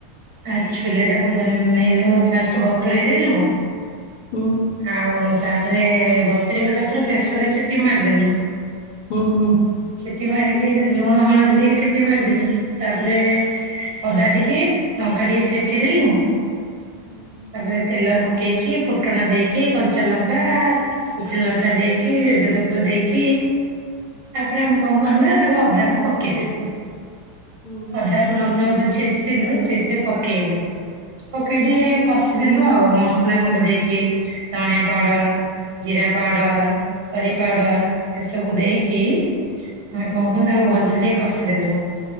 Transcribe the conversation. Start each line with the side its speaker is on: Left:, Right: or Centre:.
Right: ଆଉ ଛୋଲେ ଟାକୁ ବନେଇଲୁ ଫାଷ୍ଟ ବତୁରେଇ ଦେଲୁ।
Left: ହୁଁ।
Right: ଆଉ ତାପରେ ବତୁରେଇ ଗଲା ପରେ ପ୍ରେସରରେ ସିଟି ମାରିଦେଲୁ।
Left: ହୁଁ - ହୁଁ।
Right: ସିଟି ମାରିକି ଲୁଣ ହଳଦୀ ଦେଇକି ସିଟି ମାରିଦେନୁ ତାପରେ ଅଦା ଟିକେ ଲଙ୍କା ଟିକେ ଛେଚିଦେଲୁ
Left: ହୁଁ
Right: ତାପରେ ତେଲ ପକେଇକି ଫୁଟଣ ଦେଇକି କଞ୍ଚା ଲଙ୍କା, ଶୁଖିଲା ଲଙ୍କା ଦେଇକି ପତ୍ର ଦେଇକି ତାପରେ ଆମେ କଣ କଲୁ ନା ତା ଅଦାକୁ ପକେଇଦଲୁ
Left: ହୁଁ
Right: ଅଦାକୁ ତ ଯୋଉ ଛେଚିଥିଲୁ ସେଥିରେ ପକେଇଲୁ। ପକେଇ ଟିକେ କଷିଦେଲୁ ଆଉ ମସଲା ଗୁଣ୍ଡ ଦେଇକି ଧଣିଆ ପାଉଡର ଜିରା ପାଉଡର,
Left: ହୁଁ
Right: କରି ପାଉଡର ଏସବୁ ଦେଇକି ଆମେ କଣ ତାପରେ ଭଲ ସେ ଟିକେ କଷିଦେଲୁ